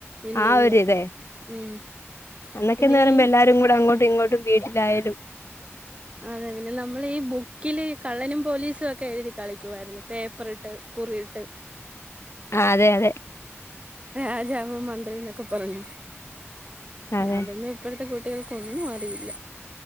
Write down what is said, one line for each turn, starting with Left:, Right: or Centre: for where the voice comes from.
Right: ഇല്ല
Left: ആ
Right: ഇല്ല
Left: ഒരിതെ
Right: ഉം
Left: അന്നൊക്കെന്ന്
Right: പിന്നെ
Left: പറയുമ്പോ
Right: ഈ
Left: എല്ലാരും കൂടെ അങ്ങോട്ട് ഇങ്ങോട്ടും വീട്ടിലായാലും
Right: അതെ പിന്നെ നമ്മള് ഈ ബുക്കില് കള്ളനും പോലീസും ഒക്കെ എഴുതി കളിക്കുവായിരുന്നു പേപ്പറി ഇട്ട് കുറിയിട്ട്
Left: ആ അതെ അതെ
Right: രാജാവോ മന്ത്രി എന്നൊക്കെ പറഞ്ഞു
Left: അതെ
Right: അതൊന്നും ഇപ്പൾത്തെ കുട്ടി കുട്ടികൾക്കൊന്നും അറിയില്ല